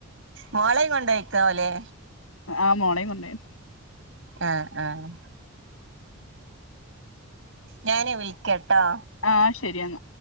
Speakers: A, on the right; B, on the left.
A: മോളയും കൊണ്ടഴിക്കാവലേ
B: ആഹ് മോളയും കൊണ്ടൊയി
A: അഹ് അഹ് ഞാനെ വിളിക്കട്ടോ
B: ആഹ് ശരിയെന്ന